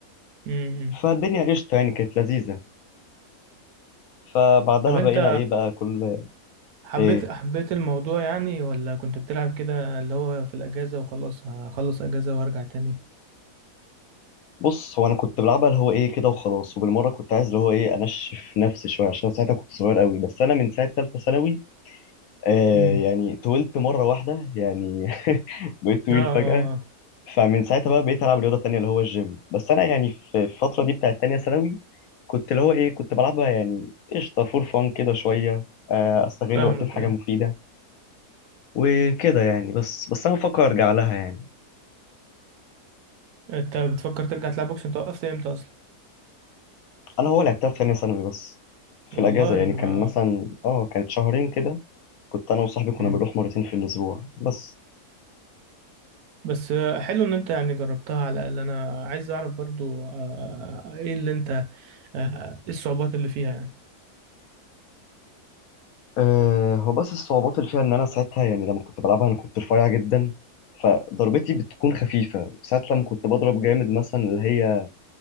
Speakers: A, on the right; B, on the left.
A: امم
B: فالدنيا قشطة يعني كانت لذيذة فبعدها
A: طب انت
B: بقينا ايه بقى كل
A: حبيت
B: ايه
A: حبيت الموضوع يعني ولا كنت بتلعب كده اللي هو في الأجازة وخلاص هخلص أجازة وأرجع تاني
B: بص هو انا كنت بلعبها اللي هو ايه كده وخلاص وبالمره كنت عايز اللي هو ايه انشف نفسي شويه عشان ساعتها كنت صغير قوي بس انا من ساعه ثالثه ثانوي آه
A: امم
B: يعني طولت مره واحده يعني <laughs> بقيت طويل
A: اه اه
B: فجاه
A: آه.
B: فمن ساعتها بقى بقيت العب رياضه تانية اللي هو الجيم بس انا يعني في في الفتره دي بتاعت تانية ثانوي كنت اللي هو ايه كنت بلعبها يعني قشطه فور فان كده شويه آه، استغل
A: فاهمك
B: وقتي في حاجه
A: ايه
B: مفيده وكده يعني بس بس انا بفكر ارجع لها يعني
A: انت بتفكر ترجع تلعب بوكس انت وقفت امتى اصلا
B: انا هو لعبتها في تانية ثانوي بس في
A: والله
B: الاجازه يعني
A: ما
B: كان مثلا اه كانت شهرين كده كنت انا وصاحبي كنا
A: امم
B: بنروح مرتين في الاسبوع بس
A: بس آه، حلو ان انت يعني جربتها على الأقل انا عايز اعرف برضو آه، ايه اللي انت آه، آه، ايه الصعوبات اللي فيها يعني
B: آه، هو بس الصعوبات اللي فيها ان انا ساعتها يعني لما كنت بلعبها انا كنت رفيع جدا فضربتي بتكون خفيفه ساعات لما كنت بضرب جامد مثلا اللي هي